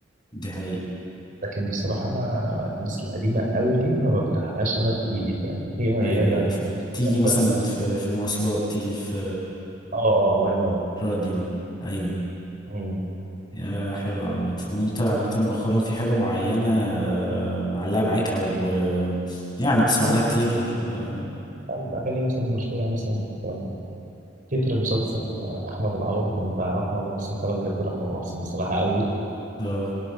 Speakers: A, on the left; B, on the right.
A: دي حقيقة
B: لكن بصراحة أنا الناس القديمة أوي دي ما بفتحهاش أنا بإيدي فاهم هي ميادة
A: ايوه ايوه فيلم تيجي
B: وردة
A: مثلا في في مواصلات تيجي في
B: آه آه الله ينور
A: راديو ايوه
B: مم.
A: يا حلو عامة وانت عامة مؤخرا في حاجة معينة آه، معلقة معاك او آه، يعني بتسمع
B: لا بقى
A: لها كتير اه
B: بقى الأغاني مثلا مشهورة يعني مثلا كان تتر مسلسل أحمد العوضي كان بتاع رحمة محسن فأنا بحب رحمة محسن بصراحة أوي
A: آه.